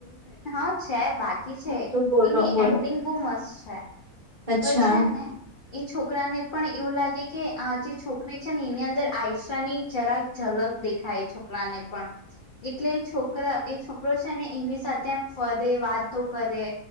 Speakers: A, on the left; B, on the right.
A: હા છે બાકી છે
B: તો બોલો
A: એની
B: બોલો
A: એન્ડિંગ બહ મસ્ત છે. છે.
B: અચ્છા
A: તો છે ને. એ છોકરાને પણ એવું લાગે કે આ જે છોકરી છે ને એની અંદર આયશ ની જરાક ઝલક દેખાય છોકરાને પણ એટલે છોકરા એ છોકરો છે ને એની સાથે એમ ફરે વાતો કરે